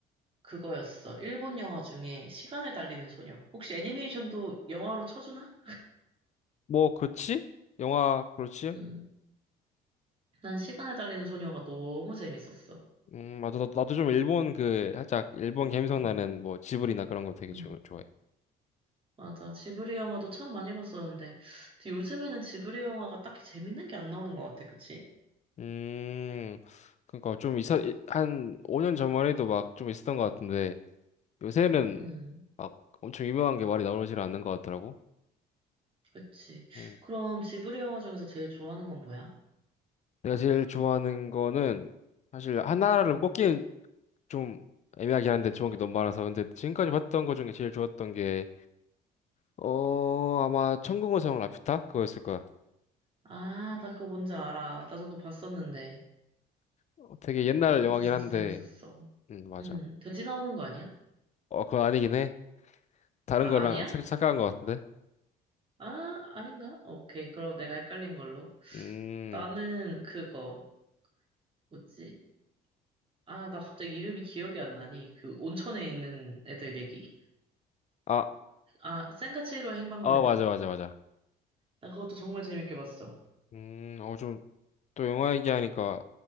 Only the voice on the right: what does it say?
그거였어. 일본 영화 중에 시간을 달리는 소녀. 혹시 애니메이션도 영화로 쳐주나?
음. 난 시간을 달리는 소녀가 너무 재밌었어.
음,
음.
맞아. 지브리 영화도 참 많이 봤었는데, 근데 요즘에는 지브리 영화가 딱히 재밌는 게 안 나오는 것 같아. 그치?
음,
그치.
그럼 지브리 영화 중에서 제일 좋아하는 건 뭐야?
음.
아, 나 그거 뭔지 알아. 나도 그거 봤었는데.
그것도
진짜
재밌었어.
음, 돼지 나오는 거 아니야?
아,
아니야?
아, 아닌가? 오케이. 그럼 내가 헷갈린 걸로.
나는 그거, 뭐지? 아, 나 갑자기 이름이 기억이 안 나니. 그 온천에 있는 애들 얘기.
아, 센과7로 행방불명.
나 그것도 정말 재밌게 봤어.